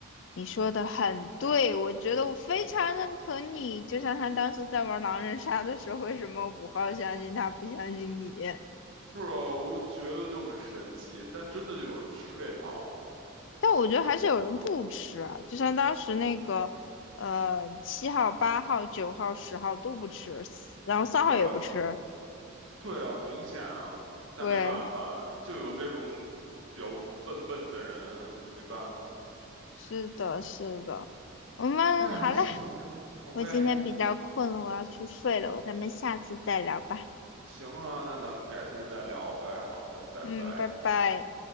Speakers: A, on the left (about 60°); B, on the right (about 65°).
A: 你说的很对，我觉得我非常认可你。就像他当时在玩狼人杀的时候，为什么五号相信他，不相信你？
B: 是啊，我觉得就很神奇，但真的就有人吃这套吗？
A: 但我觉得还是有人不吃啊，就像当时那个，呃，七号、八号、九号、十号都不吃，然后三号也不吃。
B: 对啊，对啊，明显啊，但没办法，
A: 对，
B: 就有这种比较笨笨的人，我没办法。
A: 是的，是的。我们好了，
B: 唉，行，好呗，
A: 我今天比较困了，我要去睡了，我咱们下次再聊吧。
B: 行啊，那咱们改天再聊呗。好的，拜拜。
A: 嗯，拜拜。